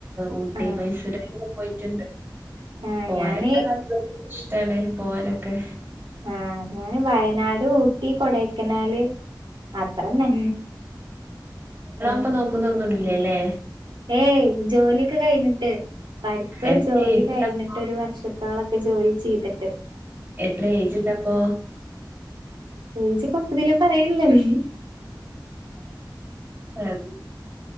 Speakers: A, on the right (about 25°); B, on the right (about 85°).
A: ഊട്ടി,
B: ആഹ്
A: മൈസൂർ, അങ്ങനെ പോയിട്ണ്ട്
B: ആഹ്
A: പോവാനൊക്കെ
B: ഞാന്
A: ഇഷ്ടാണ് പോവാനൊക്കെ
B: ആഹ് ഞാന് വയനാട്, ഊട്ടി, കൊടക്കനാല് അത്രന്നെ
A: അപ്പൊ നോക്കുന്ന ഒന്നുംല്ലേല്ലേ
B: ഏയ് ജോലിയൊക്കെ കഴിഞ്ഞിട്ട് പഠിപ്പ്
A: എത്ര
B: ജോലി
A: ഏജ്ണ്ടപ്പോ?
B: കഴിഞ്ഞിട്ട് ഒരു വർഷ ത്തോളൊക്കെ ജോലി ചെയ്തിട്ട്
A: എത്ര ഏജിണ്ടപ്പൊ
B: <unintelligible>
A: അത്